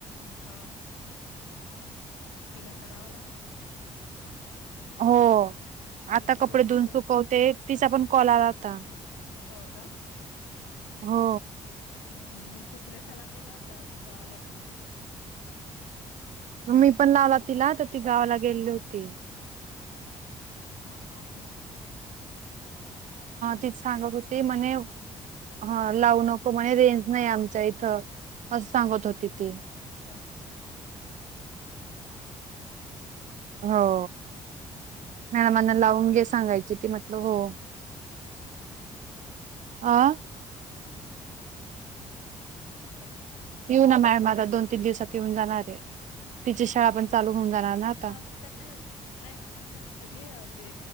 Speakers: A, on the left; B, on the right.
A: ह. तिला करावं लागेल मला आज.
B: हो. आता
A: तिच्यासोबत
B: कपडे धुन
A: एकच
B: सुकवते तिचा पण कॉल आला होता.
A: हो का?.
B: हो.
A: हम्म मी सुररेखाला केला होता ती गावाला गे
B: मी पण लावला
A: अक्कलकोला
B: तिला तर ती गावाला गेले होती
A: हा
B: तीच सांगत होती म्हणे ह लावू नको म्हणे रेंज नाही आमच्या इथं असं सांगत होती ती
A: हां हां <inaudible>
B: हो
A: ह <unintelligible>
B: मॅडमाना लाऊन सांगायचे ते म्हटल हो आ
A: <unintelligible>
B: येऊ ना मॅम आता दोन तीन दिवसात येऊन जाणार आहे तिची शाळा पण चालू होऊन जाणार ना आता
A: हा ते काय नाही काय असत ते णे